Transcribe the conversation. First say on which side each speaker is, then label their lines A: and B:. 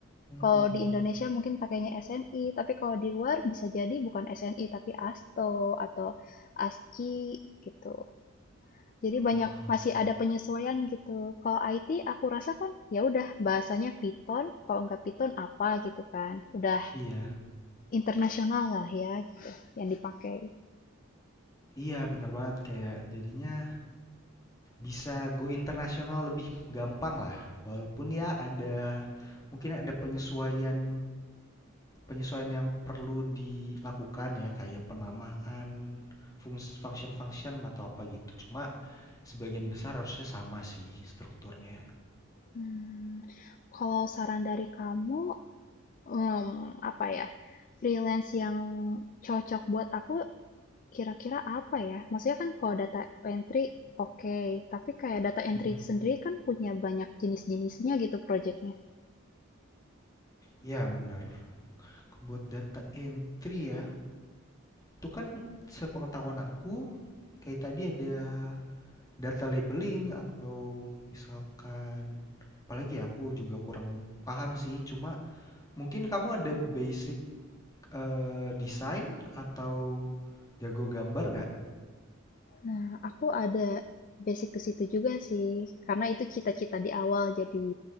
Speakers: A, on the left; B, on the left.
A: Mhm
B: kalau di
A: mhm.
B: Indonesia mungkin pakainya SNI, tapi kalau di luar bisa jadi bukan SNI tapi ASTO atau ASCII gitu. Jadi banyak
A: Walah.
B: masih ada penyesuaian gitu. Kalau IT aku rasa kan ya udah bahasanya Python, kalau nggak Python apa gitu kan. Udah
A: Iya
B: internasional lah ya gitu yang dipakai.
A: iya bener banget kayak jadinya bisa go internasional lebih gampang lah walaupun ya ada mungkin ada penyesuaian penyesuaian yang perlu dilakukan ya kayak penamaan fungs- function-function atau apa gitu cuma sebagian besar harusnya sama sih strukturnya
B: Hmm, kalau saran dari kamu em, apa ya? Freelance yang cocok buat aku kira-kira apa ya? Maksudnya kan kalau data entry oke, okay. tapi kayak data entry
A: Mm-mm.
B: sendiri kan punya banyak jenis-jenisnya gitu projectnya.
A: ya bener buat data entry ya itu kan sepengetahuan aku kayak tadi ada data labeling atau misalkan apalagi ya, aku juga kurang paham sih cuma mungkin kamu ada basic eh, desain atau jago gambar nggak?
B: Nah, aku ada basic ke situ juga sih, karena itu cita-cita di awal jadi